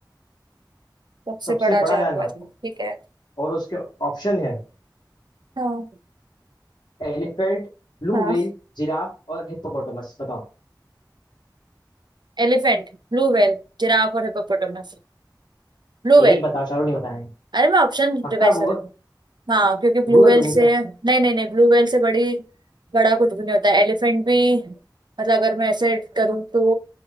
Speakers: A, on the right (about 70°); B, on the left (about 70°).
A: सबसे
B: सबसे
A: बड़ा
B: बड़ा
A: जानवर
B: जानवर
A: ठीक है
B: और उसके ऑप्शन है
A: हाँ
B: एलिफेंट ब्लू
A: हाँ
B: व्हेल जिराफ और हिप्पोपोटामस बताओ
A: एलिफेंट ब्लू व्हेल जिराफ और हिप्पोपोटामस ब्लू व्हेल
B: एक बताओ चारों नहीं बताने
A: अरे मैं ऑप्शन
B: पक्का
A: रिवाइज
B: गूगल
A: कर रही हूँ हाँ क्योंकि ब्लू
B: गूगल
A: व्हेल
B: तो नहीं
A: से
B: क्या
A: नहीं नहीं नहीं ब्लू व्हेल से बड़ी बड़ा कुछ भी नहीं होता एलिफेंट भी मतलब अगर मैं ऐसे करूँ तो